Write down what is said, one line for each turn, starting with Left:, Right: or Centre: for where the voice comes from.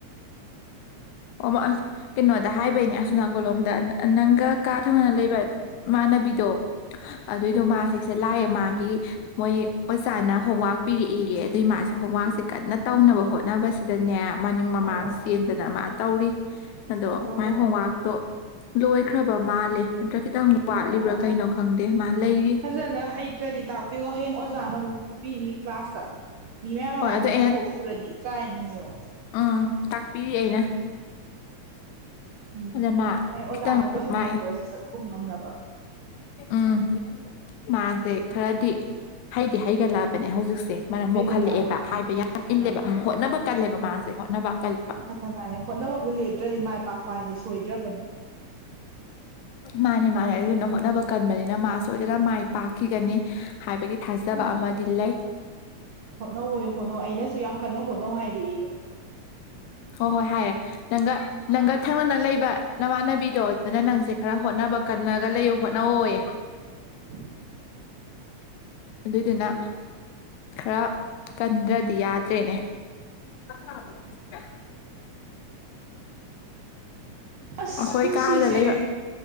Left: ꯑꯣ ꯀꯩꯅꯣꯗ ꯍꯥꯏꯕꯩꯅꯦ ꯑꯁꯅꯥ ꯀꯣꯂꯣꯝꯗ ꯅꯪꯒ ꯀꯥ ꯊꯪꯅꯅ ꯂꯩꯕ ꯃꯥ ꯆꯅꯕꯤꯗꯣ ꯑꯗꯨꯑꯣꯏꯗꯣ
Right: ꯎꯝ
Left: ꯃꯥꯁꯤꯁꯦ ꯂꯥꯛꯑꯦ ꯃꯥꯒꯤ ꯃꯣꯏ ꯑꯣꯖꯥꯅ ꯍꯣꯋꯥꯛ ꯄꯤꯔꯛꯏꯒ ꯑꯗꯨꯏ ꯃꯥꯁꯦ ꯍꯣꯝꯋꯥꯛꯁꯦ ꯀꯟꯅ ꯇꯧꯅꯕ ꯍꯣꯠꯅꯕꯁꯤꯗꯅꯦ ꯃꯅꯤꯡ ꯃꯃꯥꯡ
Right: ꯑꯣ ꯑꯣ ꯑꯣ
Left: ꯆꯦꯟꯗꯅ ꯃꯥ ꯇꯧꯔꯤ ꯑꯗꯣ
Right: ꯑꯣ
Left: ꯃꯥꯏ
Right: ꯑꯣ
Left: ꯍꯣꯝꯋꯔꯛꯇꯣ ꯂꯣꯏꯈ꯭ꯔꯕ ꯃꯥꯜꯂꯦ ꯅꯠꯇ꯭ꯔ ꯈꯤꯇꯪ ꯋꯥꯠꯂꯤꯕ꯭ꯔꯥ
Right: ꯑꯣ
Left: ꯀꯩꯅꯣ
Right: ꯑꯣ
Left: ꯈꯪꯗꯦ ꯃꯥ ꯂꯩꯔꯤ
Right: ꯐꯖꯅ ꯍꯩꯇ꯭ꯔꯗꯤ ꯇꯥꯛꯄꯤꯌꯣ ꯍꯌꯦꯡ ꯑꯣꯖꯥꯅ ꯑꯃꯨꯛ ꯐꯨꯕꯤꯅꯤ ꯀ꯭ꯂꯥꯁꯇ ꯃꯤ ꯃꯌꯥꯝ ꯃꯃꯥꯡꯗ
Left: ꯍꯣꯏ ꯑꯗꯣ ꯑꯩꯅ
Right: ꯀꯧꯊꯣꯛ ꯄꯨꯨꯔꯗꯤ ꯏꯀꯥꯏꯅꯤꯌꯣ
Left: ꯎꯝ ꯇꯥꯛꯄꯤꯔꯤ ꯑꯩꯅ
Right: ꯎꯝ
Left: ꯑꯗ ꯃꯥ
Right: ꯑꯩ ꯑꯣꯖꯥꯅ
Left: ꯈꯤꯇꯪ
Right: ꯀꯣꯏꯁꯟ
Left: ꯃꯥꯏ
Right: ꯍꯪꯉꯛꯄꯗ ꯁꯠ ꯁꯠ ꯈꯣꯡ ꯉꯝꯅꯕ
Left: ꯎꯝ ꯃꯥꯁꯦ ꯈꯔꯗꯤ ꯍꯩꯗꯤ ꯍꯩꯒꯠꯂꯛꯑꯕꯅꯦ ꯍꯧꯖꯤꯛꯁꯦ ꯃꯔꯝ
Right: ꯍꯩꯒꯠꯂꯛꯑꯕ
Left: ꯃꯣꯛꯍꯜꯂꯛꯑꯦꯕ
Right: ꯎꯝ
Left: ꯍꯥꯏꯕ ꯌꯥꯝ
Right: ꯃꯔꯝ
Left: ꯏꯜꯂꯦꯕ ꯍꯣꯠꯅꯕ ꯀꯜꯂꯦꯕ ꯃꯥꯁꯦ ꯍꯣꯠꯅꯕ ꯀꯜꯕ
Right: ꯃꯥꯅ ꯃꯥꯅꯦ ꯍꯣꯠꯅꯕꯕꯨ ꯂꯦꯞꯇ꯭ꯔꯗꯤ ꯃꯥꯏ ꯄꯥꯛꯄ ꯍꯥꯏꯁꯤ ꯁꯣꯏꯗ꯭ꯔꯕꯅꯤ
Left: ꯃꯥꯅꯦ ꯃꯥꯅꯦ ꯑꯗꯨꯗꯨꯅ ꯍꯣꯠꯅꯕ ꯀꯟꯕꯅꯤꯅ ꯃꯥ ꯁꯣꯏꯗꯅ ꯃꯥꯏ ꯄꯥꯛꯈꯤꯒꯅꯤ ꯍꯥꯏꯕꯒꯤ ꯊꯥꯖꯕ ꯑꯃꯗꯤ ꯂꯩ
Right: ꯍꯣꯠꯅꯧꯋ ꯍꯣꯠꯅꯧ ꯑꯩꯅꯁꯨ ꯌꯥꯝ ꯀꯟꯅ ꯍꯣꯠꯅꯧ ꯍꯥꯏꯔ ꯑꯩ
Left: ꯍꯣ ꯍꯣꯏ ꯍꯥꯏꯦ ꯅꯪꯒ ꯅꯪꯒ ꯊꯪꯅꯅ ꯂꯩꯕ ꯅꯃꯥꯟꯅꯕꯤꯗꯣ ꯑꯗꯨꯅ ꯅꯪꯁꯦ ꯈꯔ ꯍꯣꯠꯅꯕ ꯀꯂꯒ ꯂꯩꯌꯨ ꯍꯣꯠꯅꯧ ꯍꯣꯏ
Right: ꯎꯝ
Left: ꯑꯗꯨꯏꯗꯨꯅ ꯈꯔ ꯀꯟꯗ꯭ꯔꯗꯤ ꯌꯥꯗ꯭ꯔꯦꯅꯦ ꯑꯁꯦ
Right: ꯑꯁ
Left: ꯑꯩꯈꯣꯏ
Right: ꯄꯨꯟꯁꯤꯁꯤ
Left: ꯀꯥꯗ ꯂꯩꯕ